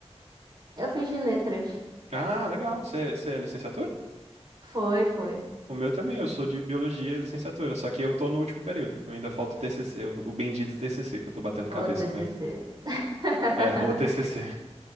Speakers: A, on the right; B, on the right.
A: Eu fiz de letras.
B: Ah, legal. Você, você é licenciatura?
A: Foi, foi.
B: O meu também, eu sou de biologia e licenciatura, só que eu tô no último período. Ainda falta o TCC, o o bendito TCC, que eu tô batendo
A: O
B: cabeça
A: TCC.
B: com ele.
A: <laughs>
B: É, o TCC.